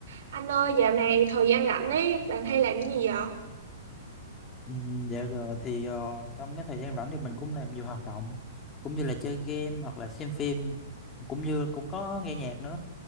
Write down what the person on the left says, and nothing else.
Ừ, dạo giờ thì ờ, trong cái thời gian rảnh thì mình cũng làm nhiều hoạt động cũng như là chơi game hoặc là xem phim cũng như cũng có nghe nhạc nữa